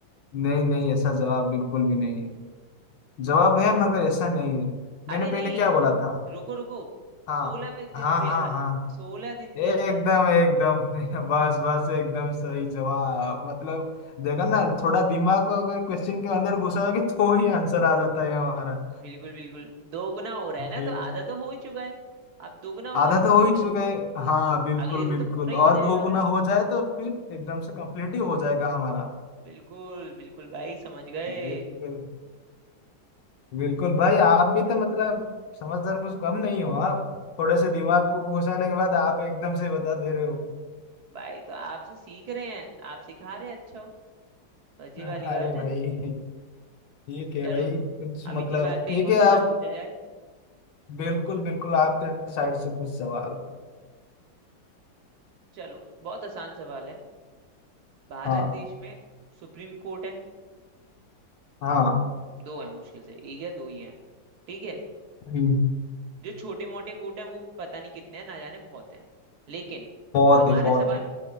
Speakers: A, on the left (about 70°); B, on the right (about 65°).
A: नहीं नहीं ऐसा जवाब बिल्कुल भी नहीं जवाब है मगर ऐसा नहीं है मैंने
B: अरे
A: पहले
B: नहीं
A: क्या बोला था
B: रुको रुको
A: हाँ
B: सोलह में दिन
A: हाँ
B: पे
A: हाँ
B: कर,
A: हाँ
B: सोलह दिन के
A: एकदम
B: अंदर
A: एकदम <laughs> बस बस एकदम सही जवाब मतलब देखा ना थोड़ा दिमाग को अगर क्वेश्चन के अंदर घुसाओगे तो ही आंसर आ जाता है हमारा
B: बिल्कुल बिल्कुल दोगुना हो रहा है ना
A: बे-
B: तो आधा तो हो ही चुका है अब दोगुना
A: आधा
B: होगा तो
A: तो हो
B: पूरे
A: ही चुका है हाँ बिल्कुल
B: अगले दिन
A: बिल्कुल
B: तो पूरा ही
A: और
B: हो जाएगा
A: दो गुना हो जाए तो फिर एकदम से कंप्लीट ही हो जाएगा हमारा
B: बिल्कुल बिल्कुल भाई समझ गए
A: बिल्कुल बिल्कुल भाई आप भी तो मतलब समझदार कुछ कम नहीं हो आप थोड़े से दिमाग को घुसाने के बाद आप एकदम से बता दे रहे हो
B: भाई तो आपसे सीख रहे हैं आप सिखा रहे हैं अच्छा हो
A: <laughs>
B: बस ये
A: अरे
B: वाली बात
A: भाई
B: है
A: ठीक है
B: चलो
A: भाई कुछ
B: अब
A: मतलब
B: इसी बात पे
A: ठीक
B: एक और
A: है
B: सवाल
A: आप
B: पूछा जाए
A: बिल्कुल बिल्कुल आपके साइड से कुछ सवाल
B: चलो बहुत आसान सवाल है भारत
A: हाँ
B: देश में सुप्रीम कोर्ट है
A: हाँ
B: दो है मुश्किल से एक या दो ही है ठीक है
A: हम्म,
B: जो छोटे मोटे कूट हैं वो पता नहीं कितने हैं ना जाने बहुत हैं लेकिन
A: बहुत
B: हमारा
A: है बहुत
B: सवाल
A: है